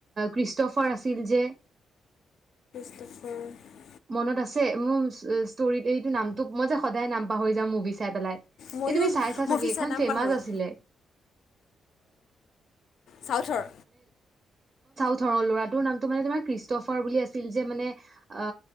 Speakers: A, on the right; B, on the left.
A: ক্ৰীষ্টফাৰ আছিল যে,
B: <unintelligible>
A: মনত আছে মোৰ ষ্টৰিত এইটো নামটো মই যে সদায় নাম পাহৰি যা মুভি চাই পেলাই।
B: মইয়ো
A: এই তুমি চাইছা চাগে
B: মভি
A: এইখন
B: চাই নাম
A: ফেমাচ
B: পাহাৰোঁ।
A: আছিলে
B: চাউথৰ।
A: ধৰৰ ল'ৰাটোৰ নামটো মানে তোমাৰ ক্ৰীষ্টফাৰ বুলি আছিল, যে মানে অ